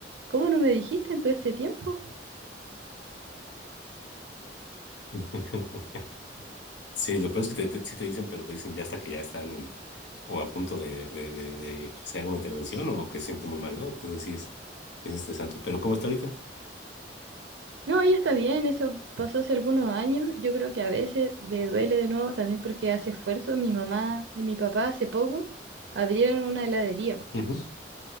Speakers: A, on the right; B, on the left.
A: ¿cómo no me dijiste en todo este tiempo?
B: <laughs> Sí, lo peor es que te, te- sí te dicen, pero te dicen ya hasta que ya están en- o a punto de, de, de, de que se haga una intervención o que se siente muy mal, ¿no? Entonces sí es, es estresante. Pero ¿cómo está ahorita?
A: No, ella está bien, eso pasó hace algunos años. Yo creo que a veces le duele de nuevo también porque hace esfuerzo. Mi mamá y mi papá hace poco abrieron una heladería.
B: Ujú.